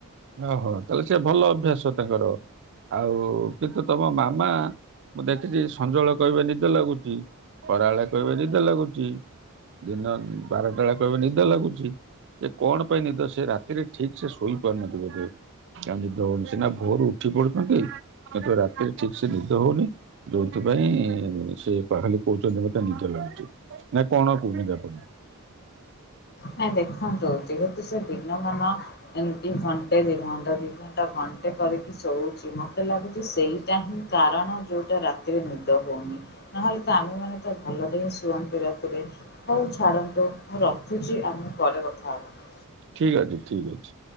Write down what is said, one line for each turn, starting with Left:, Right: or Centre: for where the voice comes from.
Right: ଓହୋ, ତାହେଲେ ସେ ଭଲ ଅଭ୍ୟାସ ତାଙ୍କର। ଆଉ କିନ୍ତୁ ତମ ମାମା ମୁଁ ଦେଖିଚି ସଞ୍ଜ ବେଳେ କହିବେ ନିଦ ଲାଗୁଚି। ଖରା ବେଳେ କହିବେ ନିଦ ଲାଗୁଚି, ଦିନ ବାରଟା ବେଳେ କହିବେ ନିଦ ଲାଗୁଚି। ଯେ କଣ ପାଇଁ ନିଦ, ସେ ରାତିରେ ଠିକ୍ ସେ ଶୋଇ ପାରୁନଥିବେ। ତା ନିଦ ହଉନି ସିନା ଭୋରୁ ଉଠି ପଡୁଚନ୍ତି କିନ୍ତୁ ରାତିରେ ଠିକ୍ ସେ ନିଦ ହଉନି। ଯଉଥିପାଇଁ ସେ ଖାହାଲି କହୁଚନ୍ତି ମୋତେ ନିଦ ଲାଗୁଚି। ନାଇ କଣ କହୁଚନ୍ତି ଆପଣ?।
Left: ନାଇଁ ଦେଖନ୍ତୁ, ଯେହେତୁ ସେ ଦିନ ମାନ ଏମତି ଘଣ୍ଟେ, ଦେଢ଼ ଘଣ୍ଟା, ଦି। ଘଣ୍ଟେ କରିକି ଶୋଉଚି, ମତେ ଲାଗୁଚି ସେଇଟା ହିଁ କାରଣ ଯଉଟା ରା। ରାତିରେ ନିଦ ହଉନି ନହେଲେ ତ ଆମେ ମାନେ ତ ଭଲରେ ହିଁ ଶୁଅନ୍ତି ରାତିରେ। ହଉ ଛାଡନ୍ତୁ, ମୁଁ ରଖୁଚି ଆମେ ପରେ କଥା ହବା।
Right: ଠିକ୍ ଅଛି, ଠିକ୍ ଅଛି।